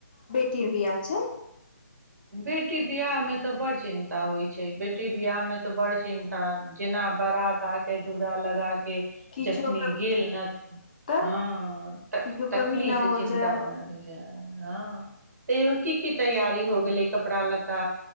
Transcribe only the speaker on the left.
के बियाह छै
किछो
क
तऽ
किछो
कमी न
हो
जाय